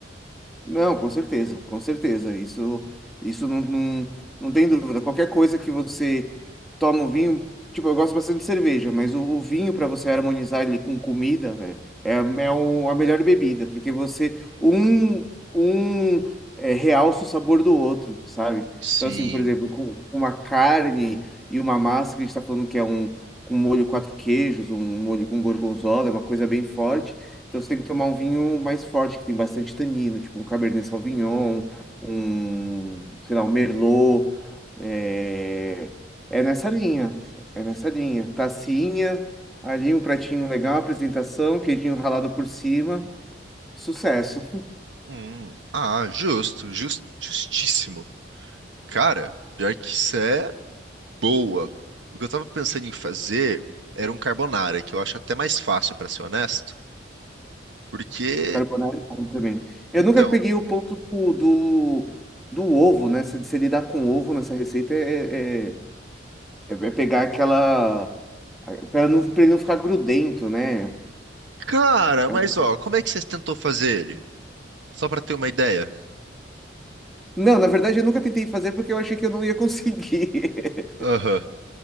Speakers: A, in the centre; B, on the right.
A: Não, com certeza, com certeza. Isso, isso não, não, não tem dúvida. Qualquer coisa que você toma um vinho, tipo, eu gosto bastante de cerveja, mas o, o vinho para você harmonizar ele com comida, velho, é, é o- a melhor bebida, porque você um, um é, realça o sabor do outro, sabe?
B: Sim.
A: Então, assim, por exemplo, com, com uma carne e uma massa que a gente está falando que é um com molho quatro queijos, um molho com gorgonzola, é uma coisa bem forte. Então você tem que tomar um vinho mais forte, que tem bastante tanino, tipo um Cabernet Sauvignon, um, sei lá, um Merlot. É, é nessa linha, é nessa linha. Tacinha, ali um pratinho legal, apresentação, queijinho ralado por cima, sucesso.
B: Hum, ah, justo, jus- justíssimo. Cara, pior que isso é boa. O que eu tava pensando em fazer era um carbonara, que eu acho até mais fácil, pra ser honesto. Porque,
A: Carbonara é bom também. Eu
B: então,
A: nunca peguei o ponto do, do, do ovo, né? Se, se lidar com ovo nessa receita é, é, é é pegar aquela... Para não, para ele não ficar grudento, né?
B: cara,
A: É
B: mas
A: um
B: ó, como é que você tentou fazer ele? Só pra ter uma ideia.
A: Não, na verdade eu nunca tentei fazer porque eu achei que eu não ia conseguir. <laughs>
B: Aham.